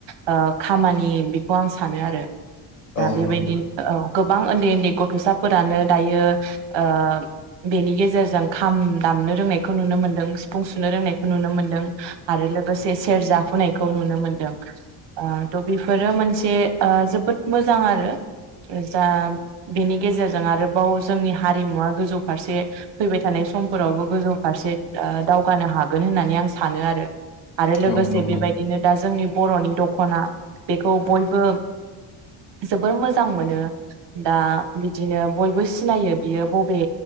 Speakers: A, on the right (about 55°); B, on the left (about 40°).
A: ओ खामानि बेखौ आं सानो आरो। दा
B: औ
A: बेबादि
B: नंगौ
A: औ गोब बां ओन्दै ओ गथ'साफोरानो दायो ओ बेनि गेजेरजों खाम दामनो रोंनायखौ नुनो मोनदों सिफुं सुनो रोंनायखौ नुनो मोनदों आरो लोगोसे सेरजा हुनायखौ नुनो मोनदों ओ त' बेफोरो मोनसे जोबोद मोजां आरो जा बेनि गेजेरजों आरोबाव जोंनि हारिमुवा गोजौ फारसे फैबाय थानाय समफोरावबो गोजौ फारसे ओ दावगानो हागोन होननानै आं सानो आरो। आरो लोगोसे
B: औ नंगौ
A: बेबायदिनो दा जोंनि बर'नि दख'ना बेखौ बयबो जोबोर मोजां मोनो। दा बिदिनो बयबो सिनायो बियो बबे